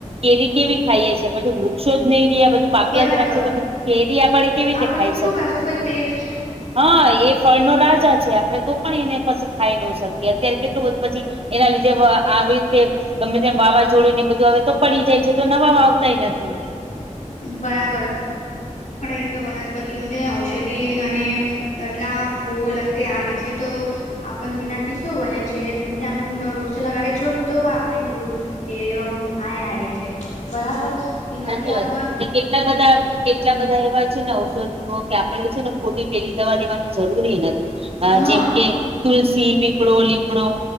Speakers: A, on the right (about 45°); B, on the left (about 70°).
A: કેરી કેવી ખાઈએ છીએ. પછી વૃક્ષો જ નહી રહે બધું કાપિયા
B: બરાબર
A: જ રાખશે તો પછી કેરી આપણે એ કેવી રીતે
B: આપણ
A: ખાય
B: શું
A: છે.
B: કરશો પણ તે જ.
A: હા એ ફળનો રાજા છે આપણે તો પણ એને પછી ખાઈ ન શકીએ અત્યારે કેટલું બધું પછી. એના લીધે આવી રીતે ગમે તેમ વાવાઝોડું ને બધું આવે તો પડી જાય છે તો નવા વાવતાય નથી.
B: બરાબર એટલે વનસ્પતિ ઔષધિ અને એટલા ફૂલ અંગે આવે છે તો આપણ તેનાથી શું બના છે જો આપણે વૃક્ષ લગાડે છે હો તો આપણે ફ્રૂટ્ કેરીઓ આ આ છે બરાબર તેનાથી
A: સાચી
B: આપ
A: વાત. કેટલા બધા કેટલા બધા એવા છે ને ઔષધિઓ કે આપણેે છે ને ખોટી પેલી દવા લેવાની જરૂર નથી. અ
B: હા
A: જેમ કે તુલસી, પીપળો, લીમડો